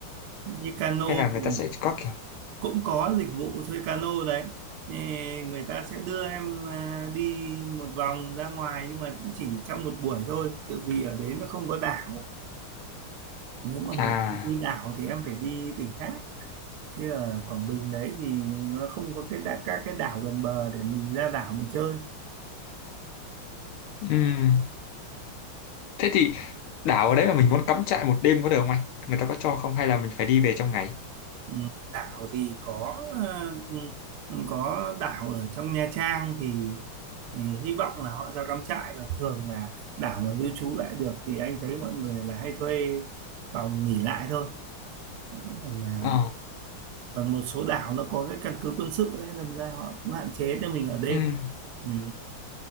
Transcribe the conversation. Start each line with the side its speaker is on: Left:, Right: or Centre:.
Right: Như cano
Left: Hay là người
Right: thì
Left: ta sẽ có kiểu
Right: cũng có dịch vụ thuê cano đấy. Thì người ta sẽ đưa em à, đi một vòng ra ngoài nhưng mà cũng chỉ trong một buổi thôi. Tự vì ở đấy nó không có đảo. Nếu mà muốn
Left: À,
Right: đi đảo thì em phải đi tỉnh khác. Chứ ở Quảng Bình đấy thì nó không có cái đá- các cái đảo gần bờ để mình ra đảo mình chơi.
Left: ừm. Thế thì đảo ở đấy mà mình muốn cắm trại một đêm có được không anh? Người ta có cho không hay là mình phải đi về trong ngày?
Right: Ừ, đảo thì có ờ, ừ, có đảo ở trong Nha Trang thì ừ, hy vọng là họ cho cắm trại còn thường là đảo mà lưu trú lại được thì anh thấy mọi người là hay thuê phòng nghỉ lại thôi còn là
Left: Ờ,
Right: còn một số đảo nó có cái căn cứ quân sự đấy đâm ra họ cũng hạn chế cho mình ở đêm
Left: ừm.
Right: ừ,